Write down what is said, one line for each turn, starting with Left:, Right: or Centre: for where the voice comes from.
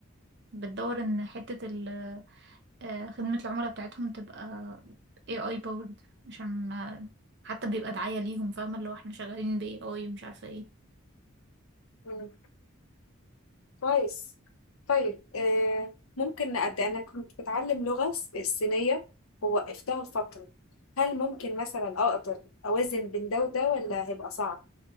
Right: بتدور ان حتة ال آه، خدمة العملاء بتاعتهم تبقى AI powered عشان آه، حتى بيبقى دعاية ليهم فاهمة اللي هو احنا شغالين ب AI ومش عارفة ايه
Left: مم. كويس طيب آه، ممكن أد... انا كنت بتعلم لغة س- الصينية ووقفتها لفترة هل ممكن مثلا اقدر اوازن بين ده وده ولا هيبقى صعب